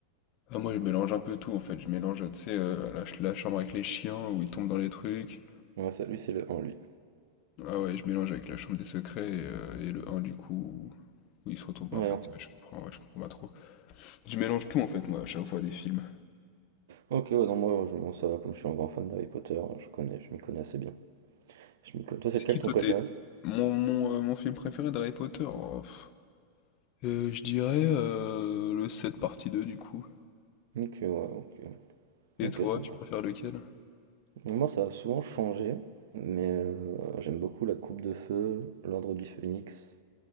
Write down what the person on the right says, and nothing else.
Ouais, ça, lui, c'est le 1, lui.
Ouais,
hop.
ok, ouais, non, moi, je, bon, ça va, comme je suis un grand fan d'Harry Potter, je connais, je m'y connais assez bien. Je m'y connais- Toi, c'est
lequel
ton
préféré?
Ok, ouais, ok.
Ok,
ça marche.
Moi, ça a souvent changé, mais euh, j'aime beaucoup la Coupe de Feu, l'Ordre du Phénix...